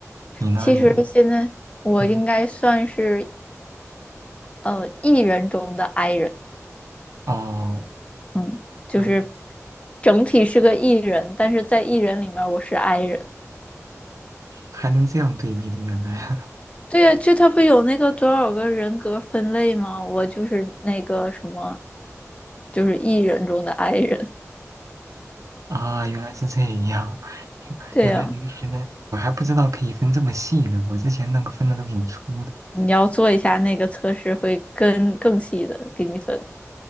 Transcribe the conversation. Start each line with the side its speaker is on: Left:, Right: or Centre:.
Right: 你呢？
Left: 其实现在我应该算是
Right: 你你嗯，
Left: 呃 E 人中的 I 人。
Right: 哦，
Left: 嗯，就是
Right: 就
Left: 整体是个 E 人，但是在 E 人里面儿我是 I 人。
Right: 还能这样对比的，原来。
Left: 对呀，就他不有那个多少个人格分类吗？我就是那个什么，就是
Right: <laughs>
Left: E
Right: 哦
Left: 人中的 I 人。
Right: 啊，原来是这样，<laughs>
Left: 对呀，
Right: 原来原来原来，我还不知道可以分这么细呢。我之前那个分的都挺粗的。
Left: 你要做一下那个测试，会更更细的给你分。